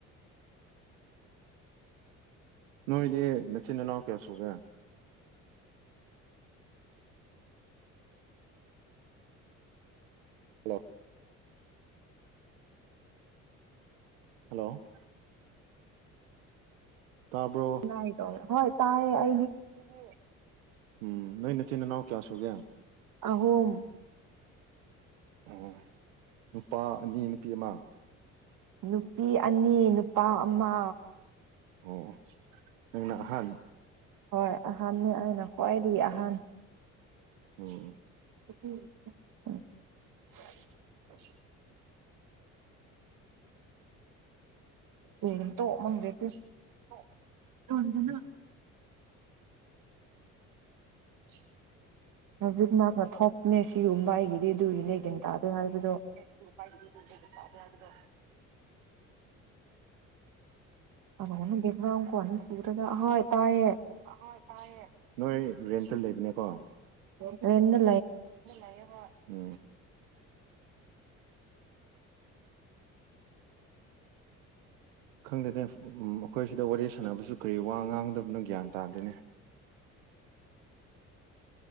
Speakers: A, on the right (about 80°); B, on the right (about 55°).
A: ꯅꯣꯏꯗꯤ ꯅꯆꯤꯟꯅꯥꯎ ꯀꯌꯥ ꯁꯨꯒꯦ ꯍꯜꯂꯣ ꯍꯜꯂꯣ ꯇꯥꯕ꯭ꯔꯣ
B: ꯅꯥꯏꯗꯣ ꯍꯣꯏ ꯇꯥꯏ ꯑ
A: <unintelligible> ꯎꯝ ꯅꯣꯏ ꯅꯆꯦꯅꯅꯥꯎ ꯀꯌꯥ ꯁꯣꯒꯦ
B: ꯑꯍꯨꯝ
A: ꯎ ꯅꯨꯄꯥ ꯑꯅꯤ ꯅꯨꯄꯤ ꯑꯃ
B: ꯅꯨꯞ ꯅꯨꯄꯤ ꯑꯅꯤ ꯅꯨꯄꯥ ꯑꯃ
A: ꯑꯣ ꯅꯪꯅ ꯍꯥꯟ
B: ꯍꯣꯏ ꯑ ꯅꯥꯏꯅ ꯀꯋꯥꯥꯏꯔꯤ ꯑꯍꯥꯟ
A: ꯎꯝ
B: <inaudible>
A: <inaudible>
B: ꯎꯝ ꯝ ꯇ ꯃꯪꯖꯦꯇꯦ
A: <inaudible>
B: <unintelligible>
A: <inaudible>
B: ꯍꯧꯖꯤꯛ ꯃꯥꯅ ꯊꯣꯛꯅꯦ ꯁꯤꯒꯨꯝꯕ ꯑꯩꯒꯤꯗꯤ ꯑꯗꯨꯒꯤꯅꯦꯊꯟ ꯇꯥꯗꯦ ꯍꯥꯏꯕ
A: ꯍꯣ ꯍꯥꯏꯗꯤ ꯇ ꯐꯥꯗ ꯍꯥꯏꯗ
B: ꯑ ꯑꯟꯅ ꯗꯦꯕ꯭ꯔ ꯀꯅꯤꯁꯨ ꯑꯗꯨ ꯍꯣꯏ ꯇꯥꯏꯌꯦ
A: ꯑ ꯇꯥꯏ ꯅꯣꯏ ꯔꯦꯟꯇ ꯂꯩꯕꯅꯦꯀꯣ
B: ꯑꯦ
A: ꯑꯗꯨ ꯂꯩꯌꯦꯍꯣ ꯎ ꯈꯪꯗꯦꯅꯦ ꯑꯩꯈꯣꯏꯁꯤꯗ ꯋꯥꯔꯤ ꯁꯥꯟꯅꯕꯁꯨ ꯀꯔꯤ ꯋꯥ ꯉꯥꯡꯗꯕꯅꯣ ꯒ꯭ꯌꯥꯟ ꯇꯥꯗꯣꯏꯅꯦ